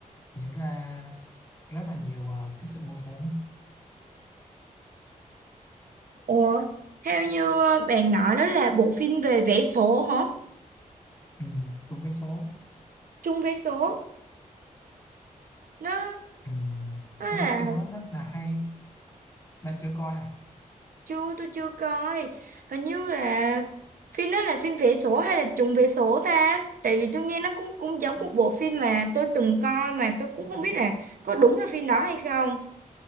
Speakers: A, on the left (about 20°); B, on the right (about 80°).
A: diễn ra rất là nhiều ờ, cái sự mâu thuẫn
B: Ủa theo như uh, bạn nói đó là bộ phim về vẽ số hả?
A: ừ, chung với số
B: Chung vé số nó
A: ừ.
B: nó
A: tôi
B: là
A: thấy phim đó rất là hay bạn chưa coi à
B: chưa tôi chưa coi hình như là phim đó là phim vẽ số hay là chung vé số ta? Tại vì tôi nghe nó cũng cũng giống một bộ phim mà tôi từng coi mà tôi cũng không biết là có đúng là phim đó hay không.